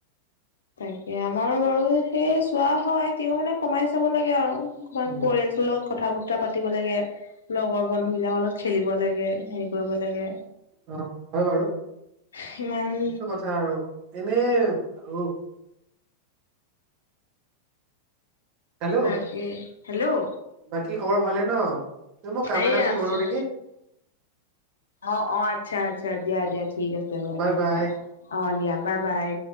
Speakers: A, on the left (about 65°); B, on the right (about 40°).
A: তাকে আমাৰ বাৰু সেই চোৱা হয় তেওঁ মানে কমাই চাব লাগে আৰু অকমান
B: উম
A: পয়েছ। স্কুলত কথা বতৰা পাতিব লাগে, লগৰ বন্ধু বিলাকৰ লগত খেলিব লাগে। সে- কৰিব লাগে।
B: অ হয়
A: সিমান
B: হাৰু এনেই আৰু হেল্ল'
A: তাকে হেল্ল'
B: বাকী খবৰ ভালে ন? মোক কাম
A: এইয়া
B: এটা আছে
A: আছো।
B: কৰি লও নেকি?
A: অ অ আচ্ছা আচ্ছা দিয়া দিয়া ঠিক আছে বাৰু
B: বাই
A: দিয়া
B: বাই
A: কৰা। অ লিয়া বাই বাই।